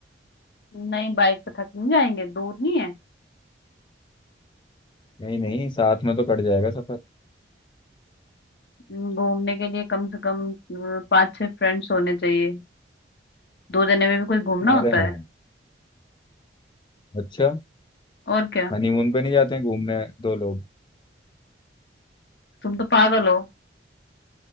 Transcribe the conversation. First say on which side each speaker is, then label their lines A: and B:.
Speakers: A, on the left (about 60°); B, on the left (about 25°).
A: नहीं बाइक पे थक नहीं जाएंगे दूर नहीं है
B: नहीं नहीं साथ में तो कट जाएगा सफर
A: हम्म, घूमने के लिए कम से कम अ, पाँच छह फ्रेंड्स होने चाहिए दो जने में भी कोई घूमना होता
B: अरे हाँ
A: है
B: अच्छा
A: और क्या
B: हनीमून पे नहीं जाते हैं घूमने दो लोग
A: तुम तो पागल हो